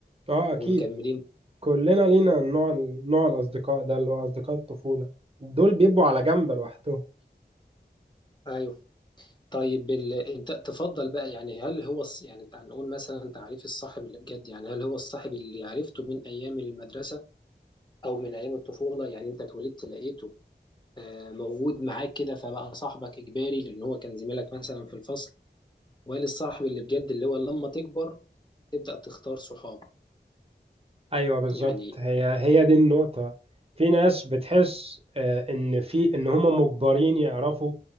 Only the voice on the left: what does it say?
ومكملين
ايوه طيب ال... انت تفضل بقى يعني هل هو الص... يعني تعال نقول مثلا تعريف الصاحب اللي بجد يعني هل هو الصاحب اللي عرفته من ايام المدرسه او من ايام الطفوله يعني انت اتولدت لقيته آه، موجود معاك كده فبقى صاحبك اجباري لان هو كان زميلك مثلا في الفصل ولا الصاحب اللي بجد اللي هو لما تكبر تبدا تختار صحاب
يعني